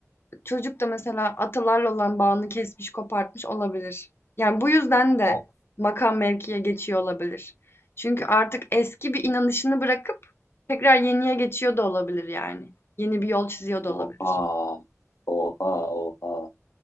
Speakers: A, on the left (about 50°); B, on the left (about 80°).
A: Çocuk da mesela atalarla olan bağını kesmiş, kopartmış olabilir. Yani bu yüzden de
B: O-
A: makam mevkiye geçiyor olabilir. Çünkü artık eski bir inanışını bırakıp tekrar yeniye geçiyor da olabilir yani. Yeni bir yol çiziyor da
B: Oha.
A: olabilir.
B: Oha. Oha.